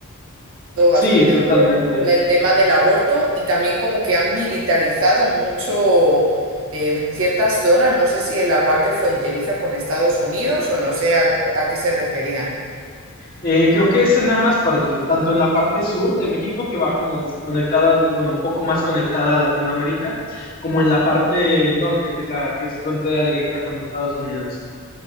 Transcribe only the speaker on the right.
Todo bastante
duro en el tema del aborto y también como que han militarizado mucho eh, ciertas zonas, no sé si en la parte fronteriza con Estados Unidos o no sé a, a qué se referían.